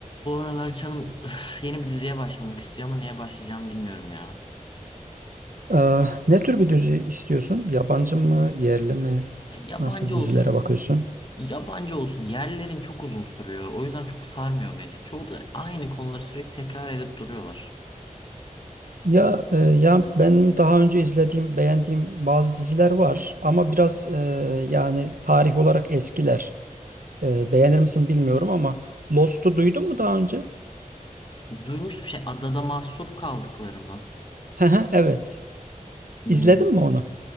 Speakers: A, on the left (about 40°); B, on the right (about 85°).
A: Bu aralar canım üf, yeni bir diziye başlamak istiyor ama neye başlayacağımı bilmiyorum ya.
B: Ee, ne tür bir dizi istiyorsun? Yabancı mı, yerli mi?
A: Ya Yabancı
B: Nasıl dizilere
A: olsun.
B: bakıyorsun?
A: Yabancı olsun. Yerlerin çok uzun sürüyor. O yüzden çok sarmıyor beni. Çoğu da aynı konuları sürekli tekrar edip duruyorlar.
B: Ya e, ya benim daha önce izlediğim, beğendiğim bazı diziler var ama biraz e, yani tarih olarak eskiler. E, beğenir misin bilmiyorum ama Lost'u duydun mu daha önce?
A: Duymuştum şey adada mahsur kaldıkları mı?
B: <laughs> Hı hı, Evet.
A: Hmm,
B: İzledin mi onu?